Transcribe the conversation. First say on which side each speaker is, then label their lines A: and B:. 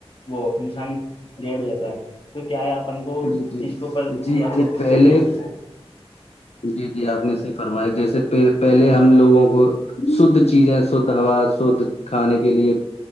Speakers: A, on the left (about 55°); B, on the left (about 85°).
A: وہ انسان ڈیڑ ہو جاتا ہے تو کیا ہے اپن کو
B: جی
A: ک
B: جی
A: چیز کو اوپر
B: جی
A: دیا اپ
B: جی
A: خود
B: پہلے
A: کو بھی رک
B: جی جی آپ نے صرف فرمایا جیسے پ پہلے ہم لوگوں کو شھ چیزیں شھ ہوا شھ کھانے کے لیے